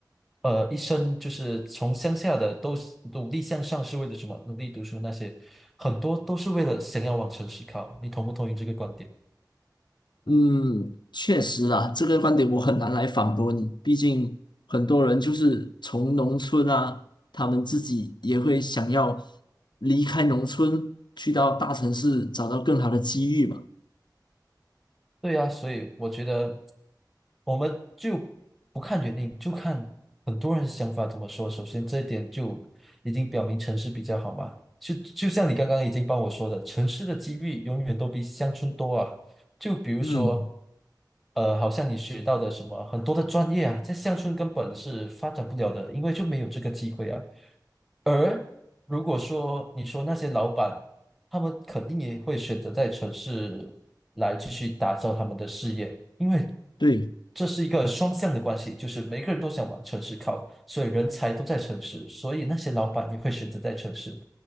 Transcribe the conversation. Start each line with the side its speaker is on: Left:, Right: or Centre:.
Centre: 呃，一生就是从乡下的都是努力向上，是为了什么？努力读书那些，很多都是为了想要往城市靠。你同不同意这个观点？
Left: 嗯，确实啊，这个观点我很难来反驳你。毕竟很多人就是从农村啊，他们自己也会想要离开农村，去到大城市找到更好的机遇嘛。
Centre: 对呀，所以我觉得我们就不看原因，就看很多人想法怎么说。首先，这一点就已经表明城市比较好嘛。就就像你刚刚已经帮我说的，城市的机遇永远都比乡村多啊。就比如说，
Left: 嗯，
Centre: 呃，好像你学到的什么很多的专业啊，在乡村根本是发展不了的，因为就没有这个机会啊。而如果说你说那些老板，他们肯定也会选择在城市来继续打造他们的事业，因为
Left: 对。
Centre: 这是一个双向的关系，就是每个人都想往城市靠，所以人才都在城市，所以那些老板也会选择在城市，